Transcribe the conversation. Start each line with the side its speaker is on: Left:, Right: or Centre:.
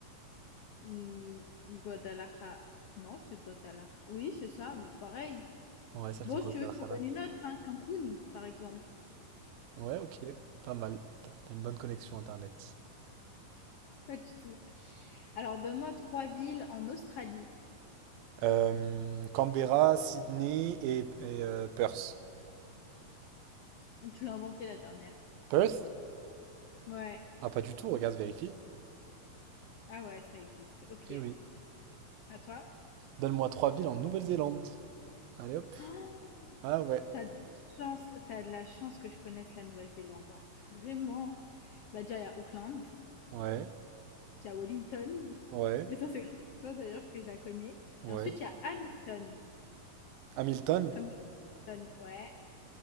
Left: Hmm, Guadalajara. Non, c'est Guadalajara. Oui, c'est ça, mais c'est pareil.
Right: Ouais, ça
Left: Bon,
Right: c'est Guadalajara.
Left: si tu veux, je t'en donne une autre, hein, Cancun, par exemple.
Right: Ouais, ok. Pas mal. T'as t'as une bonne connexion Internet.
Left: Pas du tout. Alors, donne-moi trois villes en Australie.
Right: Euh, Canberra, Sydney et, et, euh, Perth.
Left: Tu l'as inventé la dernière.
Right: Perth?
Left: Ouais.
Right: Ah, pas du tout, regarde, vérifie.
Left: Ah ouais, ça existe. Ok.
Right: Eh oui.
Left: À toi.
Right: Donne-moi trois villes en Nouvelle-Zélande. Allez hop.
Left: Oh
Right: Ah ouais.
Left: t'as de la chance, tu de la chance que je connaisse la Nouvelle-Zélande. hein. Vraiment. Bah déjà, il y a Auckland,
Right: Ouais,
Left: il y a Wellington.
Right: ouais,
Left: Et ça, c'est grâce à toi d'ailleurs que je la connais.
Right: ouais.
Left: Et ensuite, il y a Hamilton.
Right: Hamilton?
Left: Comme Hamilton, ouais.